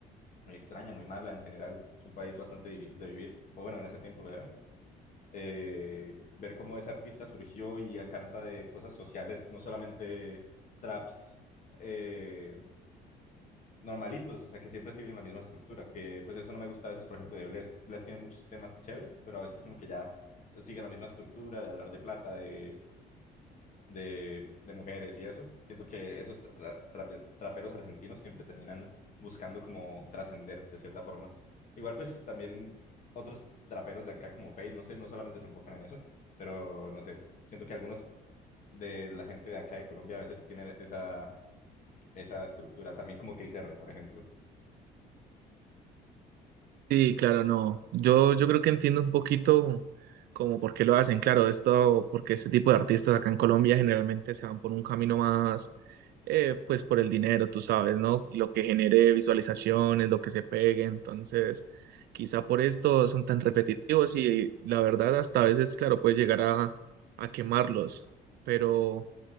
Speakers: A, on the left; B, on the right.
A: muy extraña, muy mala en general, es un país bastante difícil de vivir, o bueno, en ese tiempo lo era eh, ver cómo ese artista surgió y canta de cosas sociales, no solamente traps eh, normalitos, o sea, que siempre siguen la misma estructura, que pues eso no me gusta a veces, por ejemplo, de Blest. Blest tiene muchos temas chéveres, pero a veces como que ya sigue la misma estructura de hablar de plata, de de, de mujeres y eso. Siento que esos tra- trape- traperos argentinos siempre terminan buscando como trascender de cierta forma. Igual pues también otros traperos de acá como Fade, no sé, no solamente se enfocan en eso, pero no sé, siento que algunos de la gente de acá de Colombia a veces tienen esa, esa estructura, también como Cris R, por ejemplo.
B: Sí, claro, no. Yo, yo creo que entiendo un poquito como por qué lo hacen. Claro, esto, porque este tipo de artistas acá en Colombia generalmente se van por un camino más, eh, pues por el dinero, tú sabes, ¿no? Lo que genere visualizaciones, lo que se pegue. Entonces, quizá por esto son tan repetitivos y la verdad hasta a veces, claro, puede llegar a, a quemarlos. Pero